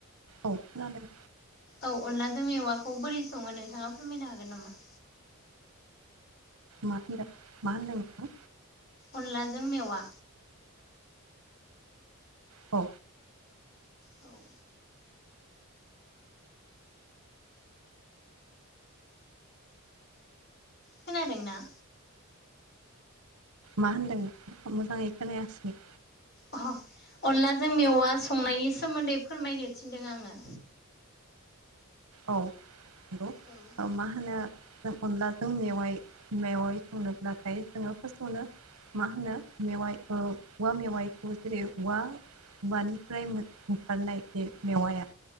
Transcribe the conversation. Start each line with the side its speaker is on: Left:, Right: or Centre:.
Right: औ खोनादों
Left: औ अनला जों मेवाखौ बोरै सङो नोंथाङा फोरमायनो हागोन नामा?
Right: मा होनदों मा होनदों
Left: अनलाजों मेवा
Right: औ
Left: औ खोनादों ना?
Right: मा होन्दों मोजाङै खोनायासै।
Left: अ अनलाजों मेवा संनायनि सोमोन्दै फोरमायनो थिनदों आङो।
Right: औ हौ
Left: औ
Right: मा होनो जों अनलाजों मेवाइ मेवाइ संनोब्लाथाय जोङो फार्स्टआवनो मा होनो मेवाइ औवा मेवाइखौ जेरै औवा हवानिफ्राय ओखारनाय बे मेवाया